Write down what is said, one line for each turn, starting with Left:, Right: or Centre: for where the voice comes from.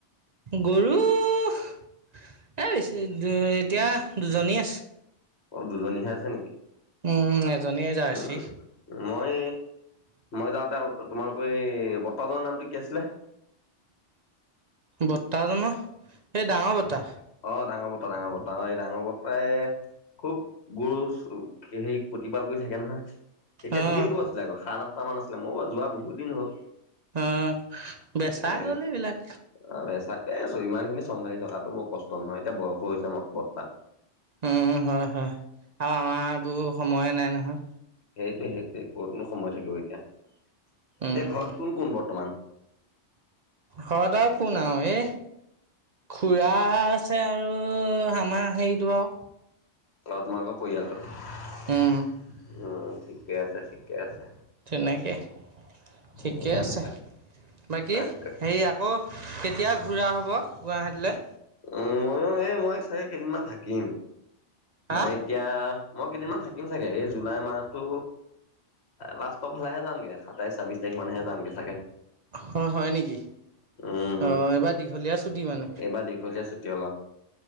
Right: গৰুৰু এ বেছি এতিয়া দুজনী আছে।
Left: অহ দুজনীহে আছে নেকি।
Right: উম এজনী যাৰ্চি
Left: উম মই মই যাওঁতে তোমালোকৰ এই বৰ্তাজনৰ নামটো কি আছিলে
Right: বৰ্তাজনৰ এই ডাঙৰ বট্ৰা
Left: অহ ডাঙৰ বট্ৰই ডাঙৰ বট্ৰা অ এই ডাঙৰ বট্ৰাই খুব গৰু হেৰি প্ৰতিপাল কৰি থাকে নহয় তেতিয়া
Right: অ',
Left: ঢেৰ গৰু আছিলে আকৌ সাত আ আঠটো মান আছিলে মই বাৰু যোৱা বহুত দিন হ'ল
Right: অ', বেচা
Left: তাকে
Right: গ'ল এইবিলাক
Left: অহ বেচাকে আছো ইমান খিনি চম্ভালি থকাটো মোৰ কষ্ট নহয় এতিয়া বয়সো হৈছে মই বট্ৰা
Right: উম হয় হয় আৰু আমাৰ বোৰ সময়ে নাই নহয়
Left: সেইটোৱে সেইটোৱে ক'তনো সময় থাকিব এতিয়া এতিয়া
Right: উম,
Left: ঘৰত কোন কোন বৰ্তমান।
Right: ঘৰত আও কোনও এ খুড়া আছে আৰু আমাৰ হেৰিটো আও
Left: অহ তোমাল পৰিয়ালটো
Right: উম
Left: উম ঠিকে আছে ঠিকে আছে
Right: তেনেকে ঠিকে
Left: উম
Right: আছে
Left: বাক
Right: বাকী
Left: তাক
Right: হেৰিয়া অহ কেতিয়া ঘূৰা হ'ব গুৱাহাটীলে
Left: উম মইয়ো এই মই চাগে কেইদিনমান থাকিম
Right: হা
Left: মানে এতিয়া মই কেইদিনমান থাকিম চাগে এই জুলাই মাহতো লাষ্ট পালেগে যামে সাতাইছ ছাব্বিছ তাৰিখ মানহে যাম গে চাগে
Right: অহ হয় নেকি
Left: উম
Right: অহ এইবাৰ দীঘলীয়া ছুটি মানে।
Left: এইবাৰ দীঘলীয়া ছুটি হ'ল আঔ